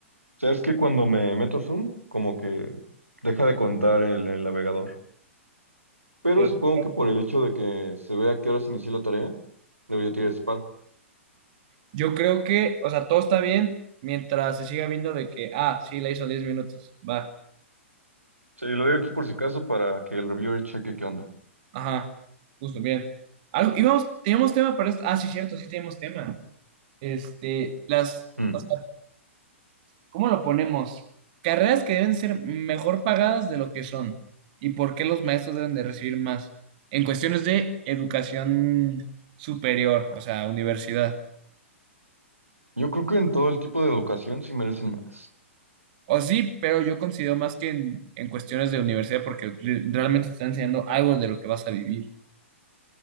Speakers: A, on the right (about 90°); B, on the right (about 40°).
A: sea, es que cuando me meto a Zoom, como que deja de contar el, el navegador. Pero
B: Qué
A: supongo
B: raro.
A: que por el hecho de que se vea a qué hora se inició la tarea, debería tirar disparo.
B: Yo creo que, o sea, todo está bien mientras se siga viendo de que, ah, sí, la hizo diez minutos. Va.
A: Sí, lo digo aquí por si acaso para que el reviewer cheque qué onda.
B: Ajá. Justo, bien. Algo, íbamos, teníamos tema para esto. Ah, sí, cierto, sí tenemos tema. Este, las,
A: Mm.
B: o sea, ¿cómo lo ponemos? Carreras que deben ser mejor pagadas de lo que son. ¿Y por qué los maestros deben de recibir más? En cuestiones de educación superior, o sea, universidad.
A: Yo creo que en todo el tipo de educación sí merecen más.
B: O sí, pero yo considero más que en, en cuestiones de universidad porque re- realmente te están enseñando algo de lo que vas a vivir.